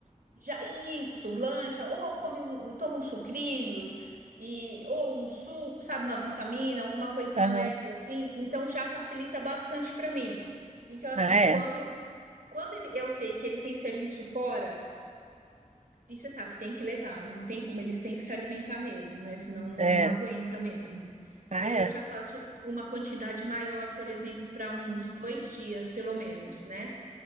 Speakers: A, on the right (about 85°); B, on the right (about 55°).
A: já isso, lancha, ou come um, um, toma uns sucrilhos e ou um suco, sabe, uma vitamina, alguma coisinha
B: Aham.
A: leve assim. Então já facilita bastante para mim. Então assim,
B: Ah, é.
A: quando quando ele, eu sei que ele tem serviço fora e você sabe, tem que levar, não tem como, eles têm que se alimentar mesmo, né? Senão não
B: É.
A: aguenta mesmo.
B: Ah,
A: Aí
B: é.
A: eu já faço uma quantidade maior, por exemplo, para uns dois dias, pelo menos, né?